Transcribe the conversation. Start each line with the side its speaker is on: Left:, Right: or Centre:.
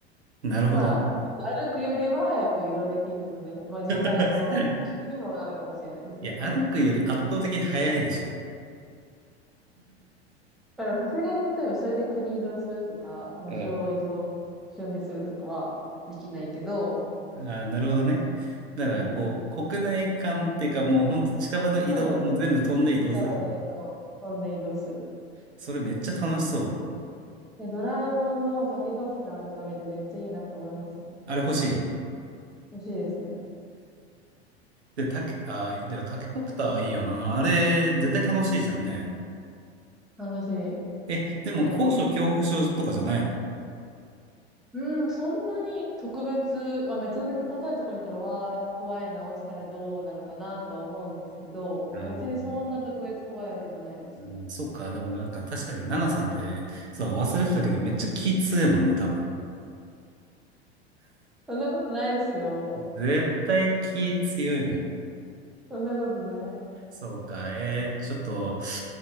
Right: なるほど。
Centre: まあ、歩くよりは早く移動できるので、まあ時間の短縮にもなるかもしれないですね。
Right: <laughs> いや、歩くより圧倒的に速いでしょ。
Centre: だからさすがに例えばそれで国移動するとか、場所を移動、
Right: うん。
Centre: 瞬でするとかはできないけど、
Right: あー、なるほどね。だから、
Centre: うん。
Right: こう、国内間っていうか、もうほんと近場の移動はもう全部飛んで移動すると。
Centre: そうですね。川の移動、飛んで移動する。
Right: それめっちゃ楽しそう。
Centre: え、ドラえもんのタケコプターとか見てめっちゃいいなって思いましたもん。
Right: あれ欲しい。
Centre: 欲しいですね。
Right: で、タケ、あー、でもタケコプターいいよな。あれ、絶対楽しいじゃんね。
Centre: 楽しい。
Right: え、でも高所恐怖症とかじゃないの
Centre: だ、うん、そんなに特別、まあ、めちゃめちゃ高いところに行ったら、わー、怖いな、落ちたらどうなるかなとは思うんですけど、
Right: あーでも
Centre: まあ、別にそんな特別怖いわけじゃないです。
Right: うんそっか、でもなんか確かに、ナナさんって、そう、忘れてたけど、めっちゃ気強いもんな、多分。
Centre: そんなことないですよ。
Right: 絶対気強いもん。
Centre: そんなことない。
Right: そうか、えー、ちょっと、